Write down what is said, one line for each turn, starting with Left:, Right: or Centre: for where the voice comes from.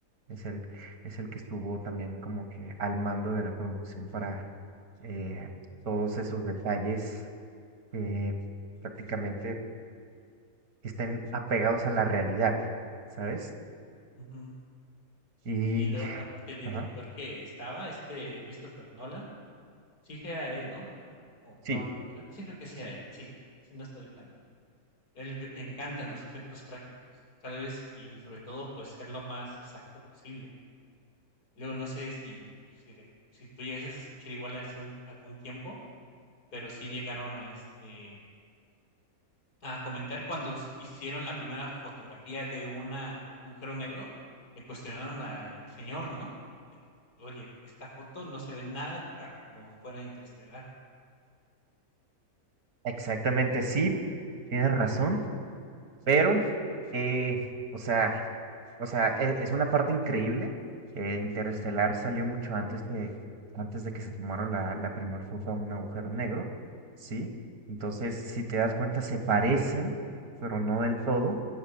Right: Es el, es el que estuvo también como que al mando de la producción para eh, todos esos detalles que prácticamente estén apegados a la realidad, ¿sabes?
Left: ujú.
Right: Y,
Left: Sí, luego
Right: <laughs>
Left: ta aparte el director
Right: ajá,
Left: que estaba, este, Christopher Nolan, sí que era él, ¿no? Creo, o no,
Right: Sí,
Left: creo que no. Sí, creo que sí
Right: sí.
Left: era él, sí, sí, no estoy tan mal. Él ve le encantan los efectos prácticos, ¿sabes? Y sobre todo, pues, ser lo más exacto posible. Luego no sé si si re si tú llegases a escuchar igual hace un algún tiempo, pero sí llegaron a, este a comentar cuando s- hicieron la primera fotografía de una u- agujero negro, le cuestionaron al señor, ¿no? De que, oye, esta foto no se ve nada a como fuera interestelar.
Right: exactamente, sí, tienes razón, pero, eh, o sea... O sea, e- es una parte increíble. eh, Interestelar salió mucho antes que antes de que se tomara la, la primera foto a un agujero negro, ¿sí? Entonces, si te das cuenta, se parecen, pero no del todo.